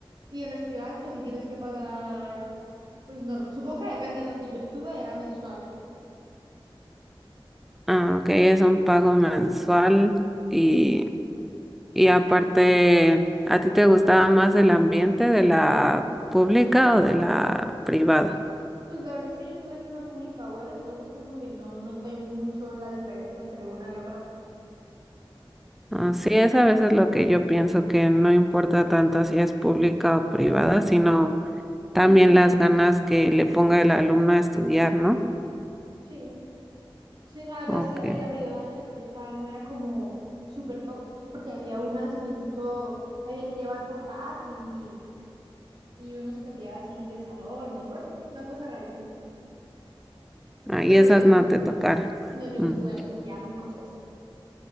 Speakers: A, on the right (about 55°); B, in the centre.
A: Y en las privadas, pues sí tienes que pagar, pues no, supongo que depende, en las que yo estuve era mensual.
B: Ah, ok, es un pago mensual y, y aparte, ¿a ti te gustaba más el ambiente de la pública o de la privada?
A: Pues la verdad es que yo estuve en una pública buena, entonces como que no noté mucho la diferencia entre una y otra.
B: Ah, sí, es a veces lo que yo pienso que no importa tanto si es pública o privada, sino también
A: Ujú,
B: las ganas que le ponga el alumno a estudiar, ¿no?
A: Sí, sí, además
B: Ok,
A: la- en la privada en la que yo estaba no era como súper top, porque había unas que incluso había que llevar portátil y, y uno se cambiaba así de salón y bueno, una cosa rarísima.
B: ahí
A: Pero
B: esas
A: no, yo no,
B: no te tocaron.
A: no, yo
B: Mm.
A: no estuve en esa, ya muy costosa.